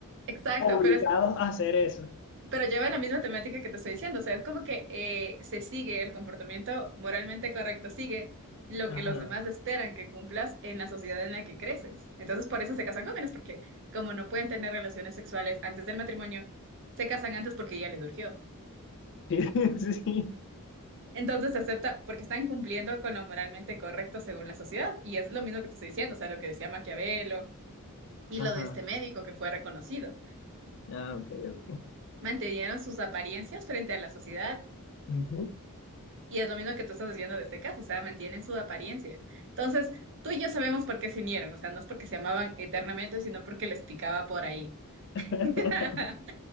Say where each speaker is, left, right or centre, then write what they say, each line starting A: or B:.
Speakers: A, on the right; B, on the left.
A: Exacto,
B: obligados
A: pero es,
B: a hacer eso.
A: Pero lleva la misma temática que te estoy diciendo, o sea, es como que eh, se sigue el comportamiento moralmente correcto, sigue lo
B: Ajá.
A: que los demás esperan que cumplas en la sociedad en la que creces. Entonces, por eso se casan jóvenes, porque como no pueden tener relaciones sexuales antes del matrimonio, se casan antes porque ya les surgió.
B: Sí, <laughs> sí.
A: Entonces se acepta porque están cumpliendo con lo moralmente correcto según la sociedad. Y es lo mismo que te estoy diciendo, o sea, lo que decía Maquiavelo y
B: Ajá.
A: lo de este médico que fue reconocido.
B: Ah, ok, ok.
A: Mantenieron sus apariencias frente a la sociedad
B: Ujú.
A: Y es lo mismo que tú estás diciendo de este caso, o sea, mantienen su apariencia. Entonces, tú y yo sabemos por qué se unieron, o sea, no es porque se amaban eternamente, sino porque les picaba por ahí.
B: <laughs>
A: <laughs>